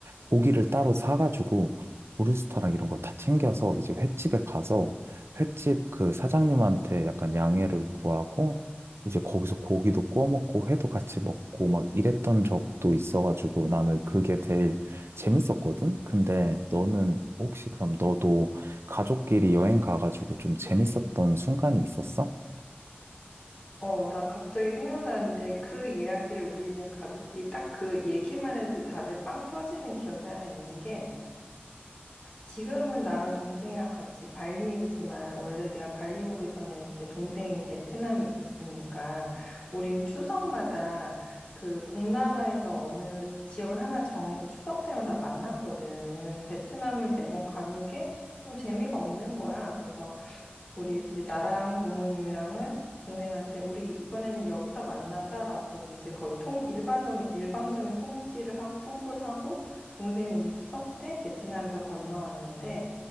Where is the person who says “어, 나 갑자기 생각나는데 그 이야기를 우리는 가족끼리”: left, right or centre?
Left